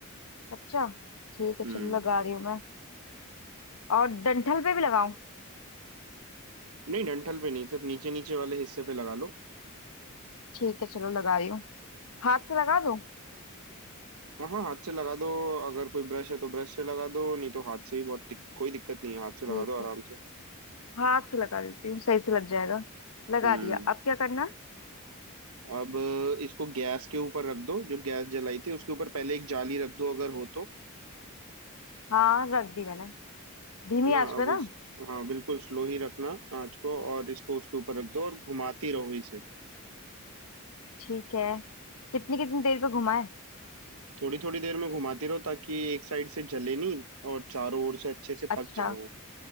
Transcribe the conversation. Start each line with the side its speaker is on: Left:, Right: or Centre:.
Left: अच्छा ठीक है
Right: हम्म
Left: चलो लगा रही हूँ मैं और डंठल पे भी लगाऊं
Right: नहीं डंठल पे नहीं सिर्फ नीचे नीचे वाले हिस्से पे लगा लो
Left: ठीक है चलो लगा रही हूँ हाथ से लगा दूं
Right: हाँ हाँ हाथ से लगा दो अगर कोई ब्रश है तो ब्रश से लगा दो नहीं तो हाथ से ही बहुत दिक, कोई दिक्कत नहीं है हाथ से
Left: ठीक
Right: लगा दो आराम
Left: है
Right: से
Left: हाथ से लगा देती हूँ सही से लग जाएगा लगा
Right: हम्म
Left: दिया अब क्या करना है?
Right: अब इसको गैस के ऊपर रख दो जो गैस जलाई थी उसके ऊपर पहले एक जाली रख दो अगर हो तो
Left: हाँ रख दी मैंने धीमी
Right: है ना
Left: आंच
Right: अब
Left: पे ना
Right: इस हाँ बिल्कुल स्लो ही रखना आंच को और इसको उसके ऊपर रख दो और घुमाती रहो इसे
Left: ठीक है कितनी कितनी देर पे घुमाए
Right: थोड़ी थोड़ी देर में घुमाती रहो ताकि एक साइड से जले नहीं और चारों ओर से अच्छे से
Left: अच्छा
Right: पक जाए वो